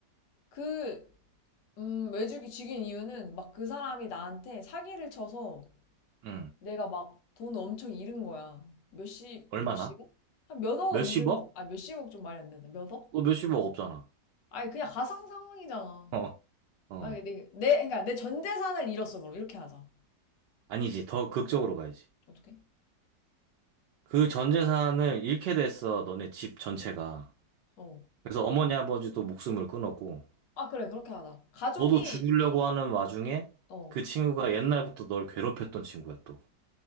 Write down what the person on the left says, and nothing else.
그, 음, 왜 죽이, 죽인 이유는 막 그 사람이 나한테 사기를 쳐서
내가 막 돈 엄청 잃은 거야. 몇십,
몇십억? 한 몇 억을
잃은 거, 아, 몇십억 좀 말이 안 된다. 몇 억?
아니, 그냥 가상 상황이잖아.
만약에 내, 내, 그러니까 내 전 재산을 잃었어, 그럼. 이렇게 하자.
어떻게?
어.
아, 그래, 그렇게 하자. 가족이,
어,